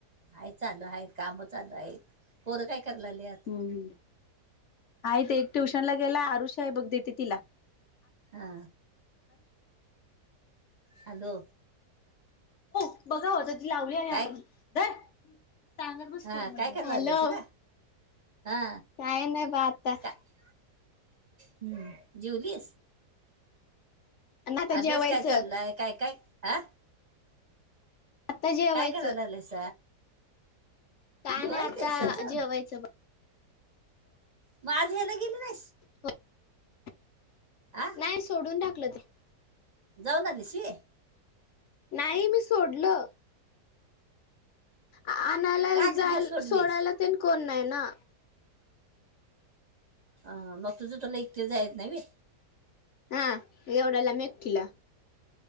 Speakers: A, on the right (about 25°); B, on the left (about 65°).
A: हा चालू आहे काम चालू आहे पोरे काय करलंलेत
B: ह आहेत ते एक ट्युशन ला गेला आरुषी आहे बघ देते तिला
A: हा हॅलो
B: <unintelligible>
A: काय
B: सांगत बस
A: हा
B: स्कूल मधलं
A: काय करायला
B: हॅलो.
A: लागलेस ग हा
B: काय नाही ब आता
A: काय हम्म जेवलीस?
B: आणि आता
A: अभ्यास
B: जेवायचं
A: काय चाललाय? काय -काय ह
B: आता जेवायचं
A: काय करा लालायस
B: काय
A: जेवायचंस
B: नाही आता
A: आहे अजून
B: जेवायचं
A: मग आज हेला गेली नाहीस?
B: होय <unintelligible>
A: आ
B: नाही सोडून टाकलं ते.
A: जाऊन आलीस व्हय?
B: नाही मी सोडलं. आणायला
A: का
B: जायला
A: ग घे सोडलीस
B: सोडायला तेन कोण नाही ना.
A: अ मग तुझं तुला एकटिला जायला येत नाही व्हय.
B: हा एवढ्या लांब एकटीला.